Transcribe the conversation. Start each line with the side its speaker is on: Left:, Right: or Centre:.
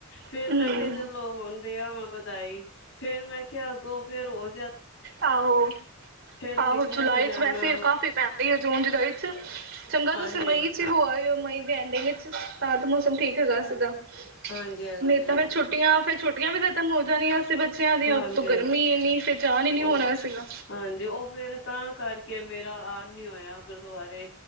Right: ਹਮ
Left: ਫੇਰ ਮੈਂ ਕਿਹਾ ਚਲੋ ਹੁਣ ਦੇ ਆਵਾ ਵਧਾਈ ਫੇਰ ਮੈਂ ਕਿਹਾ ਅੱਗੋਂ ਫੇਰ ਉਹ
Right: ਆਹੋ,
Left: ਨਿਕਲਿਆ
Right: ਆਹੋ ਜੁਲਾਈ
Left: ਨੀ ਜਾਣਾ
Right: 'ਚ ਵੈਸੇ ਕਾਫ਼ੀ ਪੈਂਦੀ ਹੈ ਜੂਨ-ਜੁਲਾਈ ਚ, ਚੰਗਾ
Left: ਹਾਂਜੀ
Right: ਤੁਸੀਂ ਮਈ 'ਚ ਹੀ ਹੋ ਆਈ ਓ ਮਈ ਦੇ ਮਹੀਨੇ ਵਿੱਚ, ਤਾਂ ਤਾਂ ਮੌਸਮ ਠੀਕ ਅਗਸਤ ਦਾ। <unintelligible>
Left: ਹਾਂਜੀ ਹਾਂਜੀ
Right: ਮੇਰੇ ਤਾਂ ਫੇਰ ਛੁੱਟੀਆਂ ਫੇਰ ਛੁੱਟੀਆਂ ਵੀ ਖਤਮ ਹੋ ਜਾਣੀਆ। ਤੇ ਬੱਚਿਆਂ ਦੀ
Left: ਹਾਂਜੀ
Right: ਉਤੋਂ ਗਰਮੀ ਇੰਨੀ ਫਿਰ ਜਾਣ ਹੀ ਨਹੀਂ
Left: ਉਹ,
Right: ਹੋਣਾ ਸੀਗਾ।
Left: ਹਾਂਜੀ ਉਹ ਫੇਰ ਤਾਂ ਕਰਕੇ ਮੇਰਾ ਆਰ ਨੀ ਹੋਇਆ ਗੁਰਦੁਆਰੇ